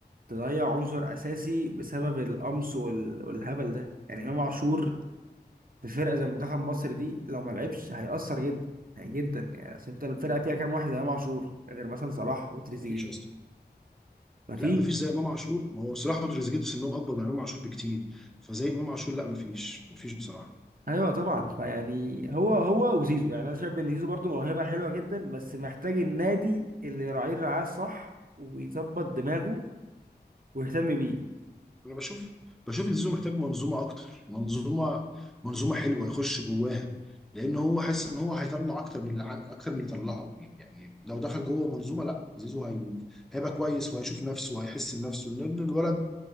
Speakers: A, on the right; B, in the centre.
A: تضيع عنصر اساسي بسبب القمص وال... والهبل ده يعني امام عاشور في فرقة زي منتخب مصر دي لو ما لعبش هيأثر جدا يعني جدا يعني اصل انت الفرقة فيها كام واحد زي امام عاشور غير مثلا صلاح وتريزيجيه
B: ما فيش اصلا
A: مفيش
B: لا ما فيش زي امام عاشور ما هو صلاح وتريزيجيه في سنهم اكبر من امام عاشور بكتير فزي امام عاشور لا ما فيش ما فيش بصراحه
A: ايوه طبعا فيعني هو هو وزيزو يعني انا شايف ان زيزو برضه موهبه حلوه جدا بس محتاج النادي اللي يراعيه الرعايه الصح ويظبط دماغه ويهتم بيه
B: انا بشوف بشوف ان زيزو محتاج منظومه اكتر منظومه منظومه حلوه يخش جواها لان هو حاسس ان هو هيطلع اكتر من اللي عن- اكتر من اللي طلعه يعني لو دخل جوه منظومه لا زيزو هي... هيبقى كويس وهيشوف نفسه وهيحس بنفسه لان الولد